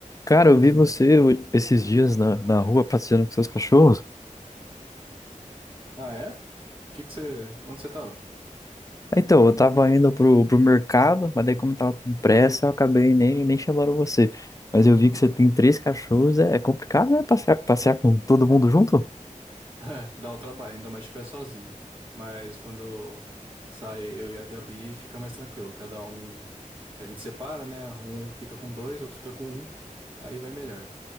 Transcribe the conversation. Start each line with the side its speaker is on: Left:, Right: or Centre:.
Left: Cara, eu vi você esses dias na, na rua passeando com seus cachorros.
Right: Ah, é? Que que você. Onde você tava? <laughs>
Left: Então, eu tava indo pro, pro mercado, mas daí como eu tava com pressa, eu acabei nem, nem chamando você. Mas eu vi que você tem três cachorros, é, é complicado, né? Passear, passear com todo mundo junto?
Right: É, dá um trabalho, ainda mais se estiver sozinho. Mas quando sai eu e a Gabi, fica mais tranquilo. Cada um. A gente separa, né? Um fica com dois, outro fica com um. Aí vai melhor.